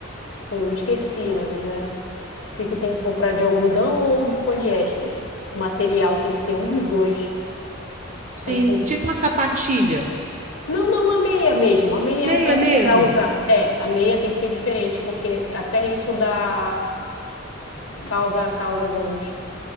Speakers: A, on the left; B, on the right.
A: Eu esqueci, na verdade. Se tu tem que comprar de algodão ou de poliéster. O material tem que ser um dos dois.
B: sim,
A: Acho...
B: tipo uma sapatilha,
A: Não, não, a meia mesmo, a meia
B: meia
A: para
B: mesmo.
A: para usar. É, a meia tem que ser diferente, porque até isso dá causa causa danos.